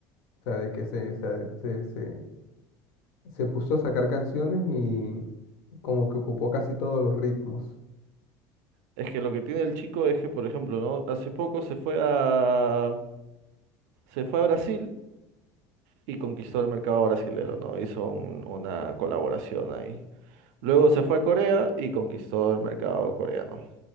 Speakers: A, on the left (about 60°); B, on the right (about 70°).
A: O sea, de que se, se, se, se se puso a sacar canciones y como que ocupó casi todos los ritmos.
B: es que lo que tiene el chico es que, por ejemplo, ¿no? Hace poco se fue a, se fue a Brasil y conquistó el mercado brasilero, ¿no? Hizo un- una colaboración ahí. Luego se fue a Corea y conquistó el mercado coreano.